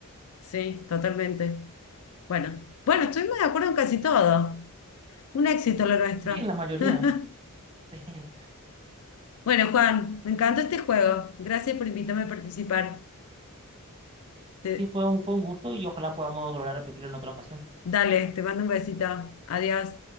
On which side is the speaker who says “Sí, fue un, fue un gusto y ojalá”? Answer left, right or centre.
Right